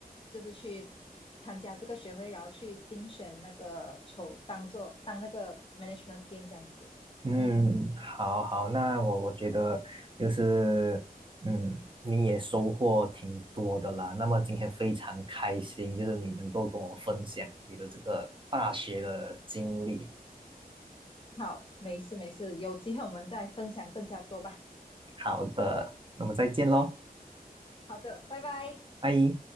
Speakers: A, on the left; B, on the right.
A: 就是去参加这个学会，然后去竞选那个筹，当做当那个 management team 这样子。
B: 嗯，
A: 嗯，
B: 好好，那我我觉得就是，嗯，你也收获挺多的啦。那么今天非常开心，就是你能够跟我分享你的这个大学的经历。
A: 好，没事没事，有机会我们再分享更加多吧。
B: 好的，那么再见喽，
A: 好的，拜拜。
B: 拜。